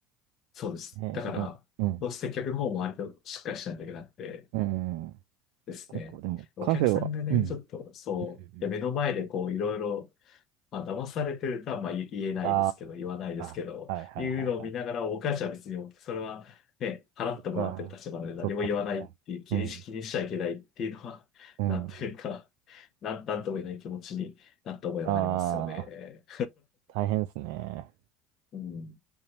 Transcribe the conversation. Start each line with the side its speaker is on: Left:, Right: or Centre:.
Left: そうです。
Right: えー、
Left: だから、
Right: でも、うん。
Left: どうして客の方も割としっかりしないといけなくて、
Right: うん。うん
Left: ですね。
Right: 結構、でも、
Left: お客さんがね、
Right: カフェは、うん。うん
Left: ちょっと、そう、
Right: うんうん
Left: いや目の前でこう、いろいろ、まあ、騙されてるとは、まあ、言言えないですけど、
Right: あ
Left: 言わないですけど、
Right: あー、はいはいはいはい。
Left: いうのを見ながら、お母ちゃんは別に、それは、ね、払ってもらってる立場なので何も言わないっていう、
Right: そっか、そっかそっか。
Left: 気にし、
Right: うん。
Left: 気にしちゃいけないっていうのは、
Right: うん。
Left: <laughs> なんというか、なん、なんとも言えない気持ちになった覚えはありますよね。
Right: ああ、大変ですね。
Left: <laughs> うん。